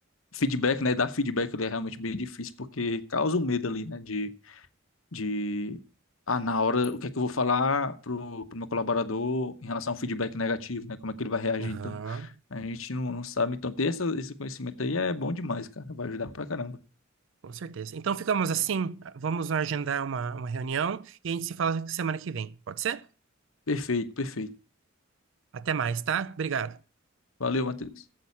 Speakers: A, on the left (about 80°); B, on the right (about 65°).
A: feedback, né? Dar feedback ele é realmente bem difícil, porque causa o medo ali, né? de ah, na hora, o que é que eu vou falar pro, pro meu colaborador em relação ao feedback negativo, né? Como é que ele vai reagir,
B: aham,
A: então? A gente não, não sabe. Então, ter essa, esse conhecimento aí é bom demais, cara. Vai ajudar pra caramba.
B: com certeza. Então ficamos assim, vamos agendar uma, uma reunião e a gente se fala semana que vem. Pode ser?
A: Perfeito, perfeito.
B: Até mais, tá? Obrigado.
A: Valeu, Matheus.